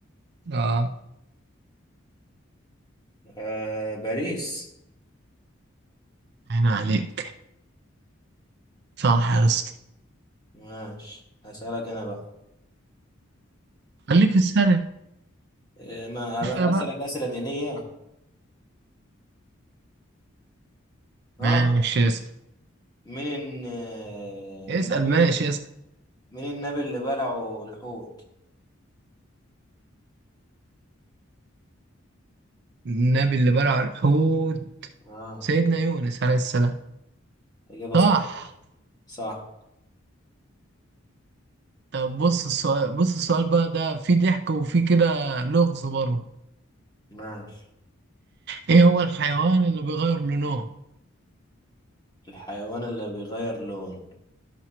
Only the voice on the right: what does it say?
اه
هنا عليك صح يا اسطى
خليك في السهل
شوية بقى
ماشي اسأل
اسأل
ماشي اسأل
النبي اللي بلع الحوت
سيدنا يونس عليه السلام
صح
طب بص السؤال بص السؤال بقى ده فيه ضحك وفيه كده لغز برضه
ايه هو الحيوان اللي بيغير لونه